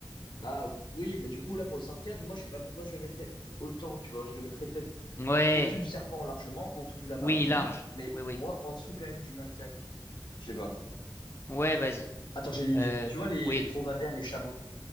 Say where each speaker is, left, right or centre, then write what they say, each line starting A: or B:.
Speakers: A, on the left; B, on the left.
A: Ah oui, mais du coup, là, pour le sarcasme, moi, je sais pas pourquoi je le mettrais autant, tu vois. Je le mettrais peut-être
B: Ouais,
A: au-dessus du serpent largement, en dessous du lama,
B: oui,
A: oui,
B: large.
A: mais pour
B: Oui, oui.
A: moi, en dessous quand même du macaque. Je sais pas.
B: Ouais, vas-y.
A: Attends, j'ai une idée.
B: Euh
A: Tu vois les
B: oui.
A: dromadaires, les chameaux.